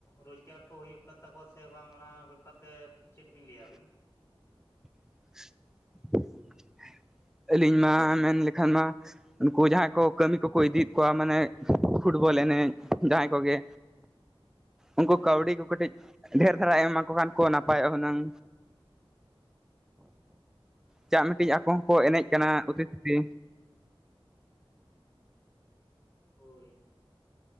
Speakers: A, on the left; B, in the centre.
A: ᱨᱳᱡᱽᱜᱟᱨ ᱠᱚ ᱦᱩᱭᱩᱜ ᱠᱟᱱ ᱛᱟᱠᱚᱣᱟ ᱥᱮ ᱵᱟᱝ ᱚᱱᱟ ᱵᱮ ᱯᱟᱨᱛᱮ ᱪᱮᱫ ᱵᱤᱱ ᱞᱮᱭᱟ ᱟᱵᱤᱱ?
B: <unintelligible> ᱟᱹᱞᱤᱧ ᱢᱟ ᱢᱮᱱ ᱞᱮᱠᱷᱟᱱ ᱢᱟ ᱩᱱᱠᱩ ᱡᱟᱦᱟᱸᱭ ᱠᱚ ᱠᱟᱹᱢᱤ ᱠᱚᱠᱚ ᱤᱫᱤᱭᱮᱫ ᱠᱚᱣᱟ ᱢᱟᱱᱮ ᱯᱷᱩᱴᱵᱚᱞ ᱮᱱᱮᱡ ᱡᱟᱦᱟᱸᱭ ᱠᱚᱜᱮ ᱩᱱᱠᱩ
A: ᱦᱮᱸ
B: ᱠᱟᱹᱣᱰᱤ ᱠᱚ ᱠᱟᱹᱴᱤᱡ ᱰᱷᱮᱨ ᱫᱷᱟᱨᱟ ᱮᱢᱟ ᱠᱚ ᱠᱷᱟᱱ ᱠᱚ ᱱᱟᱯᱟᱭᱚᱜᱼᱟ ᱦᱩᱱᱟᱹᱝ᱾ ᱪᱟᱜ ᱢᱤᱫᱴᱤᱡ
A: ᱦᱳᱭ
B: ᱟᱠᱚ ᱦᱚᱸᱠᱚ ᱮᱱᱮᱡ ᱠᱟᱱᱟ ᱚᱛᱤ ᱥᱚᱛᱤ
A: ᱦᱳᱭ᱾